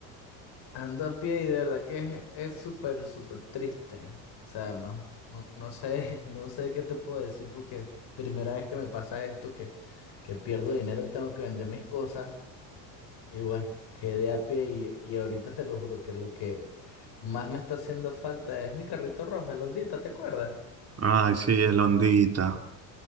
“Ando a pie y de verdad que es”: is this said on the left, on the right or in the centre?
Left